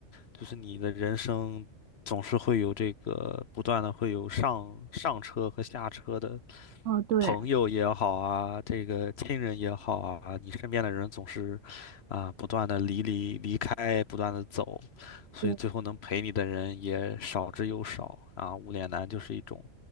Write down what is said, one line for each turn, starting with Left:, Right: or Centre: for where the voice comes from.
Left: 就是你的人生总是会有这个不断的会有上上车和下车的
Right: 哦，对，
Left: 朋友也好啊，这个亲人也好啊，你身边的人总是啊不断的离离离开，不断的走，所以最后能陪你的人也少之又少啊。
Right: 对，
Left: 无脸男就是一种